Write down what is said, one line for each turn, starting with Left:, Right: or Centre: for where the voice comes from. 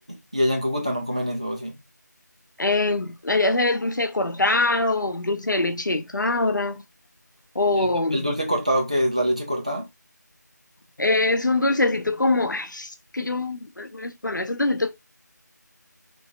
Right: Y allá en Cúcuta no comen eso, ¿o ¿sí?
Left: Eh, allá se ve el dulce de cortado, dulce de leche de cabra, o
Right: ¿Y el, el dulce cortado que es la leche cortada?
Left: eh, es un dulcecito como, ay, es que yo, bueno, es un dulcecito